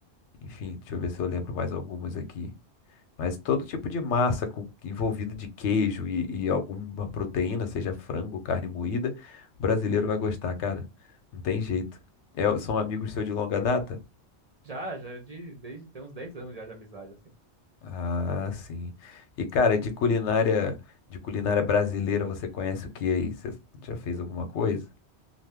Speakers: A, on the left; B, on the right.
A: Enfim, deixa eu ver se eu lembro mais algumas aqui. Mas todo tipo de massa com- envolvida de queijo e, e alguma proteína, seja frango, carne moída, o brasileiro vai gostar, cara. Não tem jeito. É, são amigos seus de longa data?
B: Já, já, é de, desde tem uns 10 anos já de amizade, assim.
A: Ah, sim. E, cara, de culinária, de culinária brasileira, você conhece o que aí? Você já fez alguma coisa?